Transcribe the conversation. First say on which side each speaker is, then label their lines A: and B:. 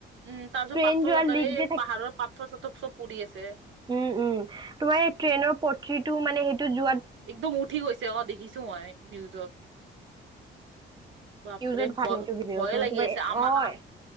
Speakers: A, on the right (about 70°); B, on the right (about 20°).
A: উমঁ, তাৰ পিছত
B: ট্ৰেইন
A: পাথৰ
B: যোৱা
A: চথৰে
B: লিক
A: এই
B: যে
A: পাহাৰৰ পাথৰ- চথৰ চব পৰি আছে।
B: উমঁ উমঁ তোমাৰ এই ট্ৰেইনৰ পথিটো মানে সেইটো যোৱাত।
A: একদম উঠি গৈছে অঁ দেখিছো মই নিউজত। বাপৰে
B: নিউজত ভাল
A: ভয়-ভয়ে
B: সেইটো ভিডিঅ'টো
A: লাগি
B: তোমাৰ
A: আছে আমা।
B: অ'